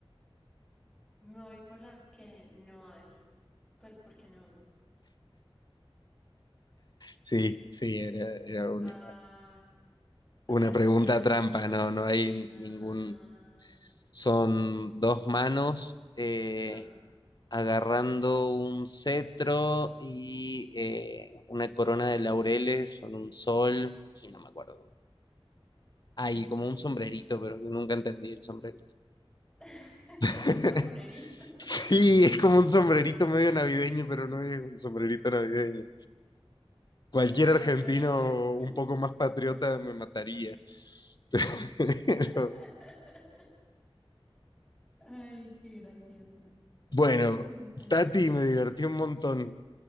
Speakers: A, in the centre; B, on the left (about 45°).
A: Me voy por la que no hay. Pues porque no.
B: Sí, sí, era, era una,
A: Ah, o
B: una
A: sea, no
B: pregunta
A: tiene.
B: trampa, no, no hay
A: Ah,
B: ningún... Son dos manos eh,
A: ah,
B: agarrando un cetro y eh, una corona de laureles con un sol y no me acuerdo. Hay
A: mm.
B: como un sombrerito, pero nunca entendí el sombrerito.
A: <laughs>
B: <laughs>
A: Un sombrerito,
B: Sí, es como un sombrerito medio navideño, pero no es un sombrerito navideño. Cualquier
A: un
B: argentino
A: sombrero navideño.
B: un poco más patriota me mataría. Pero,
A: <laughs> Ay, qué gracioso.
B: bueno,
A: Súper.
B: Tati me divertí un montón,